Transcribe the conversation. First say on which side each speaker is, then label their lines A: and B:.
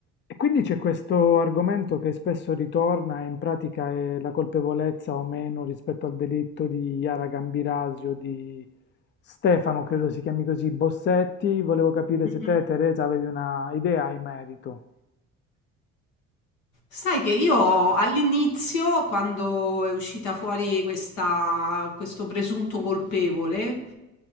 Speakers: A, on the left; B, on the left.
A: E quindi c'è questo argomento che spesso ritorna e in pratica è la colpevolezza o meno rispetto al delitto di Yara Gambirasio, di Stefano, credo si chiami così, Bossetti. Volevo capire
B: Mm-mm.
A: se te, Teresa, avevi una idea in merito.
B: Sai che io all'inizio, quando è uscita fuori questa- questo presunto colpevole,